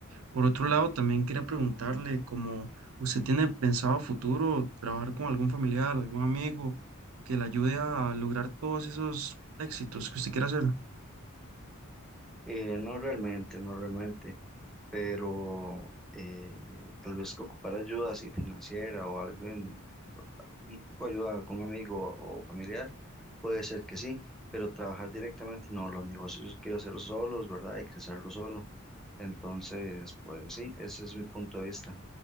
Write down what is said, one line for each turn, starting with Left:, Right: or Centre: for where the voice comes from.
Right: Por otro lado, también quería preguntarle como usted tiene pensado a futuro trabajar con algún familiar, algún amigo que le ayude a lograr todos esos éxitos que usted quiere hacer.
Centre: Eh, no realmente, no realmente. pero eh, tal vez que ocupar ayuda así financiera o alguien, un poco de ayuda a algún amigo o familiar, puede ser que sí, pero trabajar directamente no, los negocios quiero hacerlos solos, ¿verdad? Y crecerlos solo. Entonces, pues sí, ese es mi punto de vista.